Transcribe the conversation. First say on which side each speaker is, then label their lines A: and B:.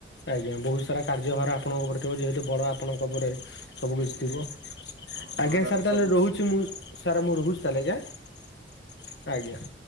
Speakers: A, on the left; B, on the right.
A: ଆଜ୍ଞା ବହୁତ ସାରା କାର୍ଯ୍ୟଭାରା ଆପଣଙ୍କ ଉପରେ ଥିବ ଯେହେତୁ ବଡ଼ ଆପଣଙ୍କ ଉପରେ ସବୁ କିିଛି ଥିବ।
B: ହଁ
A: ଆଜ୍ଞା
B: ଘରର
A: ସାର୍ ତାହେଲେ
B: ସବୁ
A: ରହୁଛି ମୁଁ ସାର୍ ମୁଁ ରହୁଛି ତାହେଲେ ଆଜ୍ଞା ଆଜ୍ଞା।